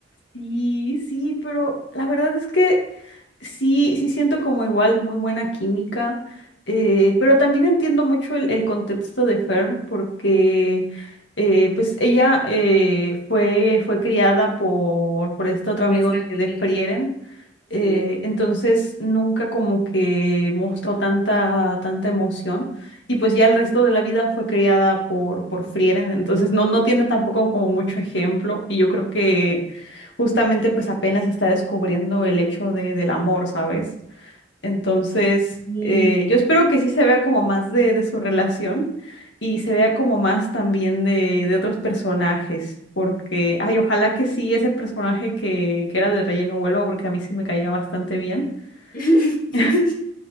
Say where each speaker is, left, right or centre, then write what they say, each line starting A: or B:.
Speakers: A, on the left; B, on the left.
A: Sí, sí, pero la verdad es que sí, sí siento como igual muy buena química, eh, pero también entiendo mucho el, el contexto de Fern porque eh, pues ella eh, fue, fue criada por, por este otro
B: Lo
A: amigo
B: viste a
A: de,
B: Irene.
A: de Frieren Eh,
B: Sí.
A: entonces nunca como que mostró tanta, tanta emoción. Y pues ya el resto de la vida fue criada por, por Frieren, entonces no, no tiene tampoco como mucho ejemplo. Y yo creo que justamente pues apenas está descubriendo el hecho de, del amor, ¿sabes? Entonces,
B: Y,
A: eh, yo espero que sí se vea como más de, de su relación y se vea como más también de, de otros personajes, porque, ay, ojalá que sí ese personaje que, que era de relleno vuelva, porque a mí se me caía bastante bien.
B: <laughs>
A: <laughs>